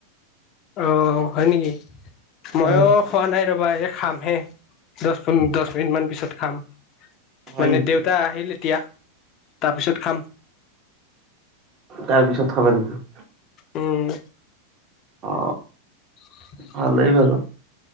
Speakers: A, on the left; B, on the right.
A: অ' হয় নেকি?
B: হয়
A: ময়ো খোৱা নাই ৰবা! এই খামহে, দহ প দহ মিনিট মান পিছত খাম।
B: হয়
A: মানে
B: নেকি
A: দেউতা আহিল এতিয়া, তাৰপিছত খাম।
B: তাৰপিছত খাবা নেকি?
A: উম।
B: অ
A: <inaudible>
B: ভালেই বাৰু